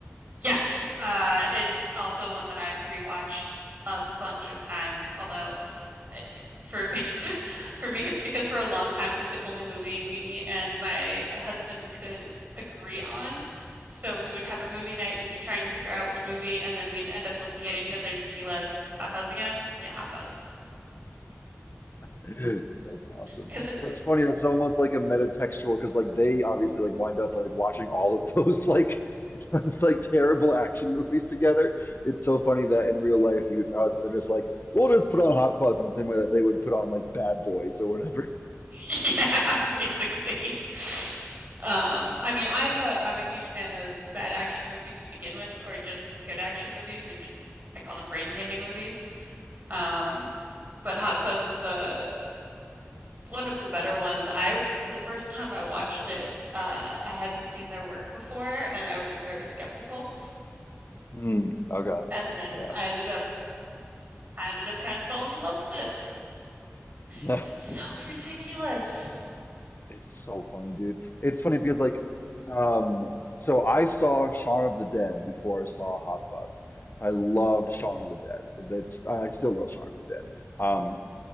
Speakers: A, on the right; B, on the left.
A: Yes, uh, it's also one that I've rewatched a bunch of times. Although uh, for <laughs> for me, it's because for a long time it was the only movie me and my husband could agree on. So we would have a movie night. We'd be trying to figure out which movie, and then we'd end up looking at each other and just be like, "Hot Fuzz again? Yeah, Hot Fuzz."
B: <laughs> That's awesome.
A: Because it's
B: That's funny. That's almost like a metatextual because like they obviously like wind up like watching all of those like <laughs> it's like terrible action movies together. It's so funny that in real life you and your husband is like, we'll just put on Hot Fuzz in the same way that they would put on like Bad Boys or whatever.
A: <laughs> Yeah, basically. Um, I mean, I'm a I'm a huge fan of bad action movies to begin with, or just good action movies, or just I call them brain candy movies. Um, but Hot Fuzz is a one of the better ones. I the first time I watched it, uh, I hadn't seen their work before, and I was very skeptical.
B: Mm, okay.
A: And then
B: Yeah.
A: I ended up I ended up kind of falling in love with it
B: <laughs>
A: because it's
B: It's,
A: so ridiculous.
B: it's so funny, dude. It's funny because like um so I saw Shaun of the Dead before I saw Hot Fuzz. I loved Shaun of the Dead. That's I still love Shaun of the Dead. Um